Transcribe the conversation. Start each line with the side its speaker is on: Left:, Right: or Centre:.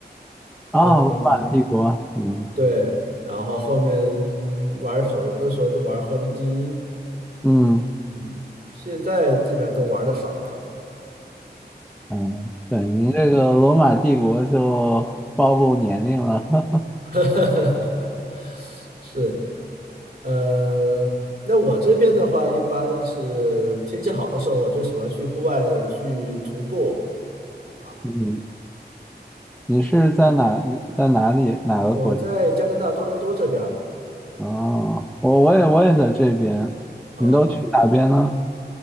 Centre: 啊，
Right: 嗯，
Centre: 罗马帝国，嗯
Right: 对，然后后面玩手游的时候就玩和平精英》，
Centre: 嗯
Right: 嗯，现在基本上都玩的少了。
Centre: 嗯，对，你这个罗马帝国就暴露年龄了，<laughs>
Right: <laughs> 是，呃，那我这边的话，一般是天气好的时候，我就喜欢去户外去徒步。啊。
Centre: 嗯，你是在哪在哪里哪个国家？
Right: 我在加拿大多伦多这边儿
Centre: 哦，我我也我也在这边，
Right: 啊，
Centre: 你都去哪边呢？